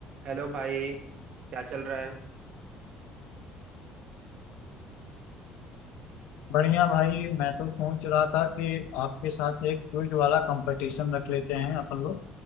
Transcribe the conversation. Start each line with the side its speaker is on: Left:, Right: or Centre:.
Right: हेलो भाई क्या चल रहा है
Left: बढ़िया भाई मैं तो सोच रहा था कि आपके साथ एक क्विज वाला कंपटीशन रख लेते हैं अपन लोग